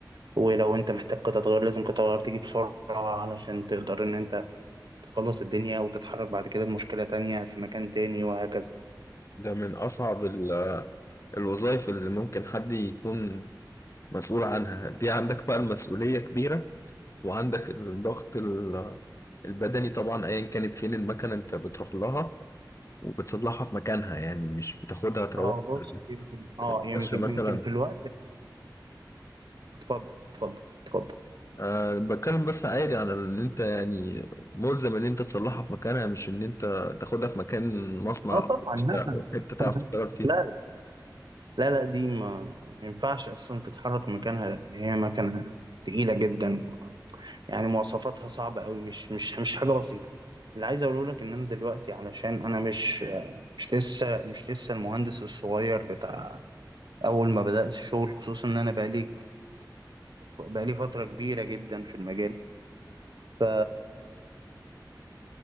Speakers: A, on the right; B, on the left.
A: ولو انت محتاج قطع غيار لازم قطع غيار تيجي بسرعه علشان تقدر ان انت تخلص الدنيا وتتحرك بعد كده لمشكله تانية في مكان تاني وهكذا
B: ده من أصعب ال- الوظائف اللي ممكن حد يكون مسؤول عنها دي عندك بقى المسؤولية كبيرة وعندك الضغط ال- البدني طبعا أيا كانت فين المكنة أنت بتروح لها وبتصلحها في مكانها يعني مش بتاخدها تروح
A: اه بص يمكن اه
B: الكرشة
A: يمكن
B: مثلا
A: يمكن في الوقت اتفضل اتفضل اتفضل
B: أه بتكلم بس عادي عن إن أنت يعني ملزم إن أنت تصلحها في مكانها مش إن أنت تاخدها في مكان مصنع
A: اه طبعا لا
B: أو حتة تعرف تشتغل فيها
A: لا لا لا دي ما ما ينفعش اصلا تتحرك مكانها لان هي مكنه تقيله جدا يعني مواصفاتها صعبه قوي مش مش مش حاجه بسيطه اللي عايز اقوله لك ان انا دلوقتي علشان انا مش مش لسه مش لسه المهندس الصغير بتاع اول ما بدات الشغل خصوصا ان انا بقالي بقالي فتره كبيره جدا في المجال ف